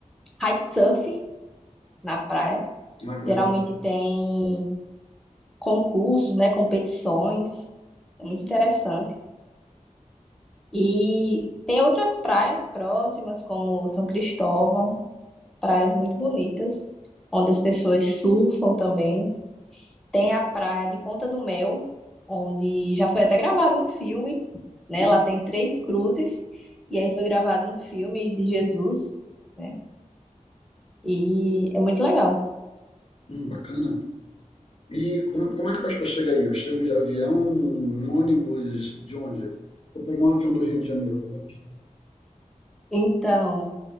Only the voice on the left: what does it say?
Ah, que
legal.
Hum,
hum, bacana. E como, como é que faz para chegar aí? Eu chego de avião, um ônibus, de onde? Eu pegar um avião do Rio de Janeiro, como é que eu